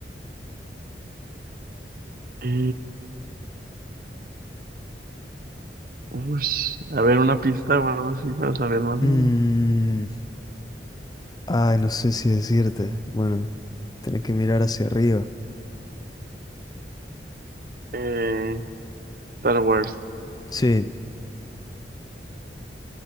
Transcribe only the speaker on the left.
Mm,
ay, no sé si decirte. Bueno, tenés que mirar hacia arriba.
Sí,